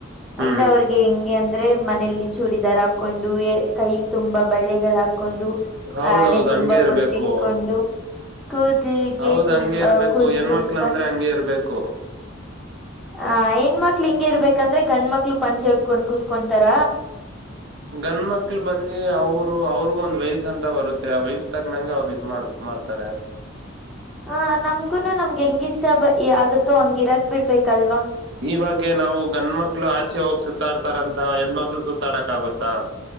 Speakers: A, on the right; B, in the centre.
A: ಹ್ಮ್
B: ಅಂದ್ರೆ ಅವ್ರಿಗೆ ಹೆಂಗೆ ಅಂದ್ರೆ ಮನೆಯಲ್ಲಿ ಚೂಡಿದಾರ ಹಾಕೊಂಡು ಕೈ ತುಂಬಾ ಬಳೆಗಳ ಹಾಕೊಂಡು
A: ಹೌದೌದು
B: ಆ ಅಣೆ ತುಂಬಾ
A: ಹಂಗೆ ಇರ್ಬೇಕು
B: ಬೊಟ್ಟಿಟ್ಕೊಂಡು ಕೂುದಲ್ಗೆ
A: ಹೌದ್
B: ತುಂಬ
A: ಹಂಗೆ ಇರ್ಬೇಕು
B: ಕೂುದಲ್
A: ಹೆಣ್ಮಕ್ಳ
B: ತುಂಬಾ
A: ಅಂದ್ರೆ ಹಂಗೆ ಇರ್ಬೇಕು
B: ಆ ಹೆಣ್ಮಕ್ಳ ಹಿಂಗ ಇರ್ಬೇಕಂದ್ರೆ ಗಂಡ ಮಕ್ಳು ಪಂಚೆ ಉಟ್ಕೊಂಡ್ ಕುೂತ್ಕೊತಾರ
A: ಗಂಡ ಮಕ್ಳು ಬಂದಿ ಅವರು ಅವ್ರಗ ಒಂದ್ ವಯಸ್ಸ ಅಂತ ಬರುತ್ತೆ ಆ ವಯಸ್ಸ ತಗ್ನಂಗೆ ಅವ್ರು ಇದ್ ಮಾಡ್ ಮಾಡ್ತಾರೆ
B: ಹ ನಮ್ಗುನು ನಮ್ಗೆ ಹೆಂಗಿಷ್ಟ ಆಗತ್ತೋ ಹಂಗಿರಗ್ ಬಿಡ್ಬೇಕಲ್ವಾ
A: ಇವಾಗ ನಾವು ಗಂಡ ಮಕ್ಳು ಆಚೆ ಹೋಗಿ ಸುತ್ತಾಡ್ತಾರಂತ ಹೆಣ್ಮಕ್ಳು ಸುತ್ತಾಡಕ್ ಆಗುತ್ತಾ